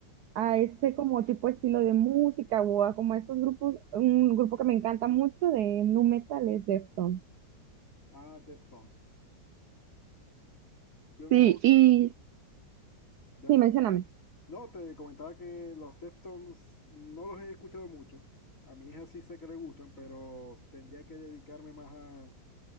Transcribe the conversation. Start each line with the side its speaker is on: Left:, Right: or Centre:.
Right: a ese como tipo de estilo de música o a como esos grupos, un grupo que me encanta mucho de nu metal es Deftones.
Left: Ah, Deftones. Yo no,
Right: Sí, y
Left: ya.
Right: Sí, mencióname.
Left: No, te comentaba que los Deftones no los he escuchado mucho. A mi hija sí sé que le gustan, pero tendría que dedicarme más a,